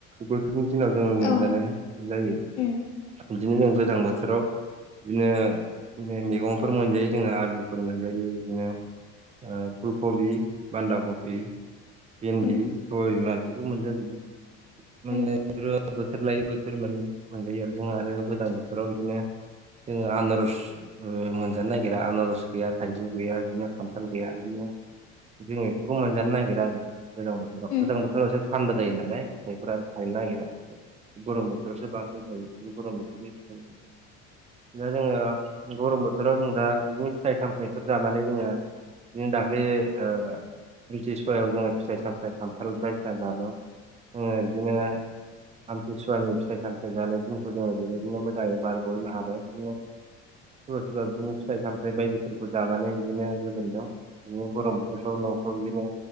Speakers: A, on the right; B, on the left.
A: बोथोरनि दिनाव जोङो मोनजानाय
B: औ
A: जायो
B: उम
A: बिदिनो जों गोजां बोथोराव बिदिनो मैगंफोर मोनजायो जोङो आलुफोर मोनजायो बिदिनो ओ फुलकबि, बान्दा कबि, भिन्दि,
B: उम
A: सबाय बिमा बेफोरखौ मोनजा जोबो। माने
B: उम उम
A: <unintelligible> बोथोर लायै बोथोर माने मोनजायो आरो जों आरो गोजां बोथोराव बिदिनो जोङो आनारस ओ मोनजानो नागिरा आनारस गैया थाइजौ गैया बिदिनो खान्थाल गैया बिदिनो जोङो बेफोरखौ मोनजानो नागिरा आरो। गोजां बोथोराव
B: उम
A: गोजां
B: उम
A: बोथोराव एसे थान्दा जायो नालाय फिथाइफोरा थायनो नागिरा। गरम बोथोरावसो बांसिन थायो गरम बोथोरनि फिथाइ। दा जोङो गरम बोथोराव जों दा बिदिनो फिथाइ सामथाइफोर जानानै जोङो बिदिनो दाख्लि ओ आमथि सुवायाव जोङो फिथाइ सामथाइ खानथाल बायदिसिना जादों। जोङो बिदिनो आमथिसुवानि फिथाइ सामथाइ जानाय दिनखौ जोङो जोबोरैनो मोजाङै बारग'नो हाबाय जोङो सोरबा सोरबा बिदिनो फिथाइ सामथाइ बायदिफोरखौ जानानै बिदिनो गोजोनदों। बिदिनो गरम बोथोरफ्राव नफ्राव बिदिनो